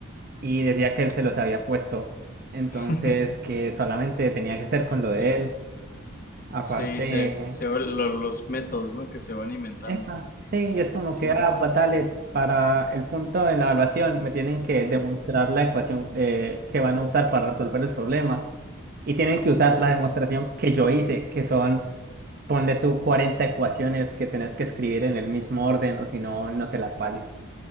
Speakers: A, on the right; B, on the left.
A: y decía que él se los había puesto, entonces
B: <laughs>
A: que solamente tenía que ser con lo
B: Sí,
A: de él. Aparte,
B: sí, se, se- lo- los métodos, ¿no? Que se van inventando.
A: Epa, sí, y es como
B: Sí,
A: que, ah, patale, para el punto de la evaluación me tienen que demostrar la ecuación eh, que van a usar para resolver el problema y tienen que usar la demostración que yo hice, que son, ponle tú 40 ecuaciones que tenés que escribir en el mismo orden o si no, no te las vale.